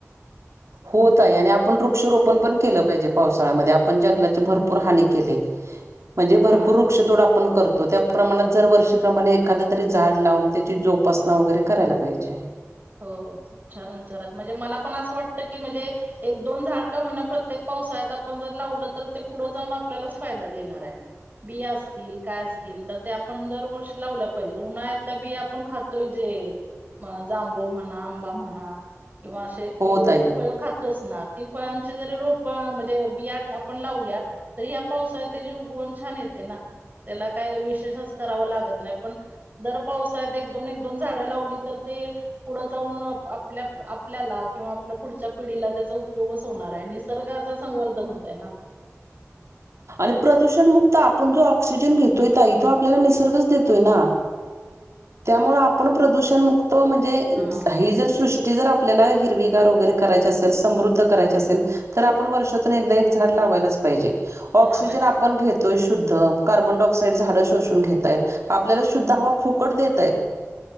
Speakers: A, on the right; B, on the right.
A: हो
B: असं
A: ताई
B: होत
A: आणि आप आपण वृक्षरोपण पण केलं पाहिजे पावसाळ्यामध्ये आपण जंगलाची भरपूर हानी केलीय. म्हणजे भरपूर
B: हा
A: वृक्षतोड आपण करतो त्या प्रमाणात जर वर्षीप्रमाणे एखाद तरी झाड लावून त्याची जोपासना वगैरे करायला पाहिजे
B: हो हो खूप छान विचार आहेत म्हणजे मला पण असं वाटतं की म्हणजे एक दोन झाड का होईना प्रत्येक पावसाळ्यात आपण जर लावलं तर ते पुढं जाऊन आपल्यालाच फायदा देणार आहे. बिया असतील काय असतील तर ते आपण दरवर्षी लावल्या पाहिजेत उन्हाळ्यात त्या बिया आपण खातोय जे म जांबूळ म्हणा, आंबा म्हणा किंवा असे
A: हो
B: वेगवेगळे
A: ताई.
B: फळ खातोच ना ती फळांचे जरी रोपं म्हणजे बिया आपण लावल्या तर ह्या पावसाळ्यात तेजी उगवण छान येते ना त्याला काही विशेष असं करावं लागत नाही पण दर पावसाळ्यात एक दोन एक दोन झाडं लावली तर ती पुढं जाऊन आपल्या आपल्याला किंवा आपल्या पुढच्या पिढीला त्याचा उपयोगच होणार हाय निस र्गाच संवर्धन होतय ना
A: आणि प्रदूषण मुक्त आपण जो ऑक्सिजन घेतोय ताई तो आपल्याला निसर्गच देतोय ना,
B: <inaudible>
A: त्यामुळे आपण प्रदूषण
B: नाही
A: मुक्त म्हणजे
B: हा
A: ही जर सृष्ट ती जर आपल्याला हिरवीगार वगैरे करायची असेल समृद्ध करायची असेल तर आपण वर्षातून एकदा एक झाड लावायलाच पाहिजे ऑक्सिजन
B: लावायलाच
A: आपण घेतोय शो शुद्ध कार्बन डायऑक्साइड झाडं शोषून घेतायत आपल्याला शुद्ध हवा फुकट देतायत.